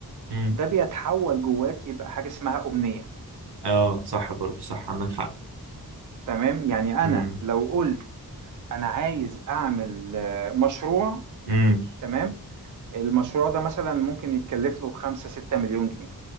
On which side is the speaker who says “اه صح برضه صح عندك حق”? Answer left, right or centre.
Right